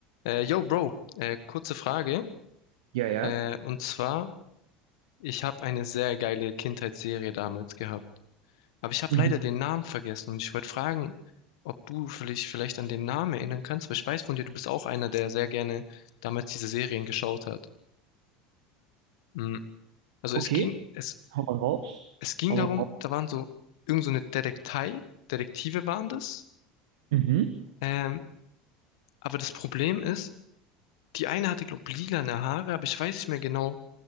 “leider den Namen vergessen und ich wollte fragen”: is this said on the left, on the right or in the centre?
Left